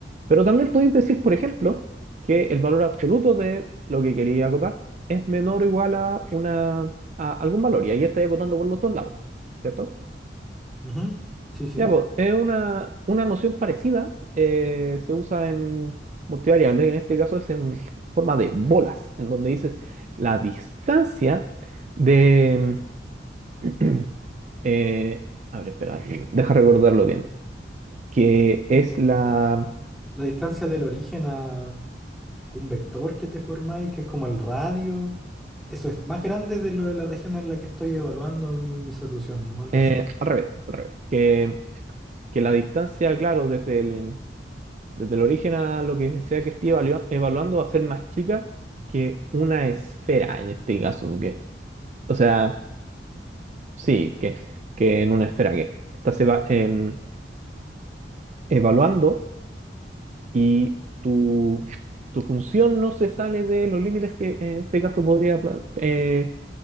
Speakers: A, on the right; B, in the centre.
A: Pero también podéis decir, por ejemplo, que el valor absoluto de lo que quería acotar es menor o igual a, una, a algún valor, y ahí estáis acotando por los dos lados, ¿cierto?
B: Ujú. Sí, sí.
A: Ya, pues, es una, una noción parecida, eh, se usa en multivariable, que en este caso es en forma de bolas, en donde dices la distancia de... <clears throat> eh, a ver, espera, deja recordarlo bien, que es
B: Es
A: la...
B: La, la distancia del origen a un vector que te formáis, que es como el radio, eso es más grande de lo de la región en la que estoy evaluando mi, mi solución, ¿no? Algo
A: eh,
B: así.
A: al revés, al revés, que, que la distancia, claro, desde el, desde el origen a lo que sea que esté evalua- evaluando va a ser más chica que una esfera, en este caso, que, o sea... Sí, que, que en una esfera que estás eva- em, evaluando y tu, tu función no se sale de los límites que en este caso podría pla- eh,